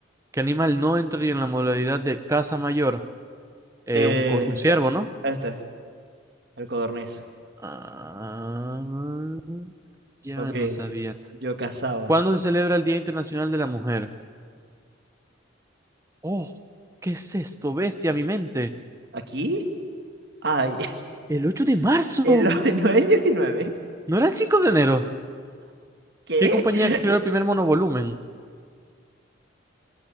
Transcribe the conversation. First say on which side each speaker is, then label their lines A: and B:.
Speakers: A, on the right (about 15°); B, on the right (about 55°).
A: ¿Qué animal no entraría en la modalidad de casa mayor? Eh,
B: Eh,
A: un, co- un ciervo, ¿no?
B: este. Al codorniz.
A: Ah, ya
B: Papi,
A: no sabía.
B: yo cazaba.
A: ¿Cuándo se celebra el Día Internacional de la Mujer? Oh, ¿qué es esto? Bestia, mi mente.
B: ¿Aquí? Ay,
A: El 8 de marzo.
B: <laughs> el 9 diecinueve
A: ¿No era el 5 de enero?
B: ¿Qué?
A: ¿Qué compañía
B: <laughs>
A: creó el primer monovolumen?